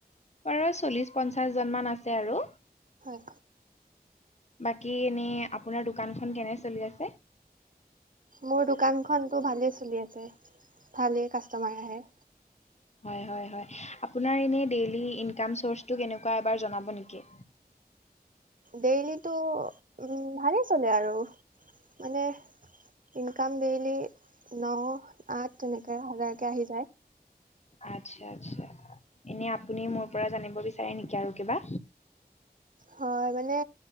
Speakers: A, on the left (about 45°); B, on the right (about 55°).
A: বাৰ-চ চল্লিশ পঞ্চাশ জন মান আছে আৰু,
B: হয়
A: বাকী কি এনে আপোনাৰ দোকানখন কেনে চলি আছে?
B: মোৰ দোকানখনটো ভালেই চলি আছে। ভালেই কাষ্টমাৰ আহে।
A: হয় হয় হয়, আপোনাৰ এনে ডেইলী ইনকাম চৰ্ছটু কেনেকুৱা এবাৰ জনাব নেকি।
B: ডেইলিতো উম ভালেই চলে আৰু মানে ইনকাম ডেইলি ন আঠ তেনেকে হাজাৰকে আহি যায়।
A: আচ্ছা আচ্ছা। এনে আপুনি মোৰ পৰা জানিব বিচাৰে নেকি আৰু কিবা?
B: হয় মানে